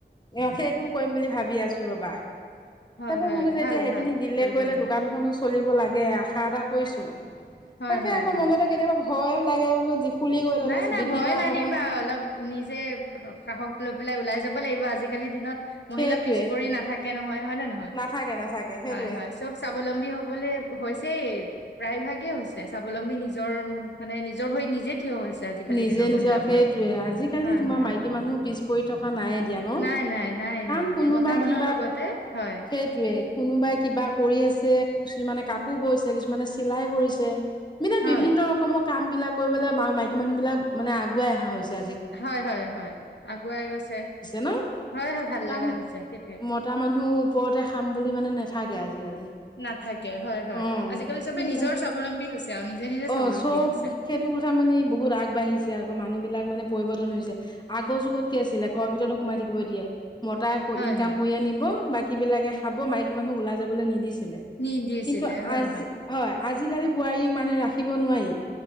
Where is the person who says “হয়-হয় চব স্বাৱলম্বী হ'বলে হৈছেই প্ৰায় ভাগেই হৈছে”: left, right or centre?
Left